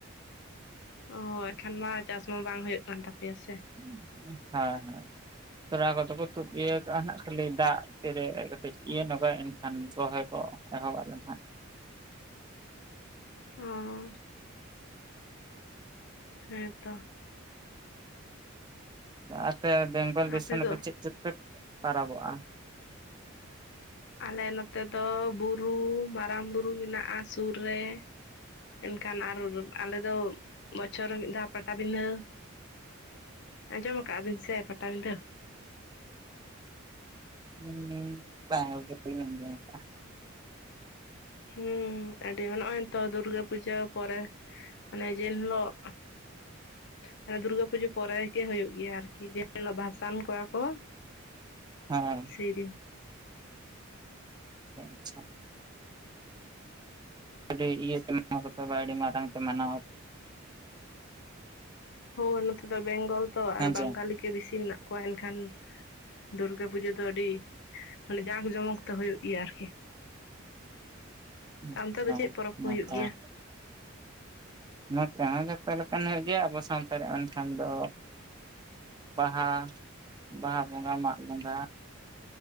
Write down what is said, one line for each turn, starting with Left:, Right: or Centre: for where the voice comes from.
Left: ᱚ ᱮᱱᱠᱷᱟᱱ ᱢᱟ ᱪᱟᱥ ᱢᱟ ᱵᱟᱝ ᱦᱩᱭᱩᱜ ᱠᱟᱱ ᱛᱟᱯᱮᱭᱟ ᱥᱮ?
Right: ᱦᱮᱸ ᱦᱮᱸ ᱾ ᱛᱚᱞᱟ ᱠᱚᱫᱚ ᱠᱚ ᱛᱩᱫ ᱤᱭᱟᱹ ᱠᱟᱜᱼᱟ ᱱᱟᱦ ᱠᱷᱟᱹᱞᱤ ᱫᱟᱜ ᱛᱤᱨᱮ ᱠᱟᱹᱛᱤᱡ ᱤᱭᱟᱹ ᱱᱚᱜᱟᱭ ᱮᱱᱠᱷᱟᱱ ᱨᱚᱦᱚᱭ ᱠᱚᱼᱼ ᱮᱦᱚᱵ ᱟᱞᱮ ᱱᱟᱜ᱾
Left: ᱚ ᱸᱻ ᱦᱮᱸ ᱛᱚ ᱾
Right: ᱟᱯᱮ ᱵᱮᱝᱜᱚᱞ ᱫᱤᱥᱚᱢ
Left: ᱟᱯᱮ ᱫᱚ
Right: ᱨᱮ ᱪᱮᱫ ᱪᱮᱫ ᱯᱮ ᱯᱟᱨᱟᱵᱚᱜᱼᱟ?
Left: ᱟᱞᱮ ᱱᱚᱛᱮ ᱫᱚ ᱵᱩᱨᱩ ᱢᱟᱨᱟᱝ ᱵᱩᱨᱩ ᱢᱮᱱᱟᱜᱼᱟ ᱥᱩᱨ ᱨᱮ᱾ ᱮᱱᱠᱷᱟᱱ ᱟᱨ ᱟᱞᱮᱫᱚ ᱵᱚᱪᱷᱚᱨ ᱨᱮ ᱢᱤᱫ ᱫᱷᱟᱣ ᱯᱟᱴᱟ ᱵᱤᱸᱫᱷᱟᱹ ᱾ ᱟᱸᱡᱚᱢ ᱟᱠᱟᱜ ᱵᱤᱱ ᱥᱮ ᱯᱟᱴᱟ ᱵᱤᱸᱫᱷᱟᱹ?
Right: ᱦᱩᱸ ᱵᱟᱝ ᱜᱚᱝᱠᱮ ᱵᱟᱹᱧ ᱟᱸᱡᱚᱢ ᱠᱟᱜᱼᱟ᱾
Left: ᱦᱩᱸ ᱟᱹᱰᱤ ᱱᱚᱜᱼᱚᱭ ᱛᱚ ᱫᱩᱨᱜᱟᱹ ᱯᱩᱡᱟᱹ ᱯᱚᱨᱮ ᱢᱟᱱᱮ ᱡᱮ ᱦᱤᱞᱳᱜ᱾ ᱢᱟᱱᱮ ᱫᱩᱨᱜᱟᱹ ᱯᱩᱡᱟᱹ ᱯᱚᱨᱮ ᱜᱮ ᱦᱩᱭᱩᱜ ᱜᱮᱭᱟ ᱾ ᱟᱨᱠᱤ ᱡᱮᱤᱞᱳᱜ ᱵᱷᱟᱥᱟᱱ ᱠᱚᱣᱟ ᱠᱚ᱾
Right: ᱦᱮᱸᱻ
Left: ᱥᱤᱨᱤᱧ
Right: ᱚᱻ ᱟᱪᱪᱷᱟ ᱾ ᱟᱹᱰᱤ ᱤᱭᱟᱹ ᱛᱮᱢ ᱢᱟᱱᱟᱣ ᱵᱟᱛᱟᱣᱟ ᱟᱹᱰᱤ ᱢᱟᱨᱟᱝ ᱛᱮ ᱢᱟᱱᱟᱣᱟ᱾
Left: ᱦᱳᱭ ᱱᱚᱛᱮ ᱫᱚ ᱵᱮᱝᱜᱚᱞ ᱛᱚ
Right: ᱦᱮᱸ
Left: ᱟᱨ ᱵᱟᱝᱜᱟᱞᱤ
Right: ᱪᱮ
Left: ᱜᱮ ᱵᱮᱥᱤ ᱢᱮᱱᱟᱜ ᱠᱚᱣᱟ ᱮᱱ ᱠᱷᱟᱱ ᱫᱩᱨᱜᱟᱹ ᱯᱩᱡᱟᱹ ᱫᱚ ᱟᱹᱰᱤ ᱢᱟᱱᱮ ᱡᱟᱸᱠ ᱡᱚᱢᱚᱠ ᱛᱮ ᱦᱩᱭᱳᱜ ᱜᱮᱭᱟ ᱟᱨᱠᱤ᱾
Right: <inaudible>
Left: ᱟᱱᱛᱮ ᱫᱚ
Right: ᱟᱪᱪᱷᱟ
Left: ᱪᱮᱫ ᱯᱚᱨᱚᱵᱽ ᱠᱚ
Right: ᱱᱟᱯᱟᱭ
Left: ᱦᱩᱭᱩᱜ ᱜᱮᱭᱟ?
Right: ᱱᱚᱛᱮ ᱦᱚᱸ ᱡᱚᱛᱚ ᱞᱮᱠᱟᱱ ᱦᱩᱭᱩᱜ ᱜᱮᱭᱟ ᱟᱵᱚ ᱥᱟᱶᱛᱟ ᱨᱮᱭᱟᱜ <unintelligible> ᱫᱚ᱾ ᱵᱟᱦᱟ ᱵᱟᱦᱟ ᱵᱚᱸᱜᱟ, ᱢᱟᱜ ᱵᱚᱸᱜᱟᱼᱼ